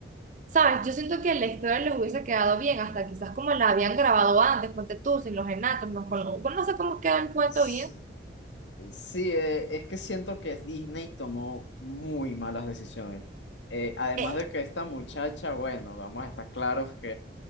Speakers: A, on the right; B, on the left.
A: ¿sabes? Yo siento que la historia les hubiese quedado bien, hasta quizás como la habían grabado antes, ponte tú, sin los enanos, no, con- con- no sé cómo queda el cuento
B: Sí,
A: bien.
B: sí, eh, es que siento que Disney tomó muy malas decisiones. Eh, además
A: Eh,
B: de que esta muchacha, bueno, vamos a estar claros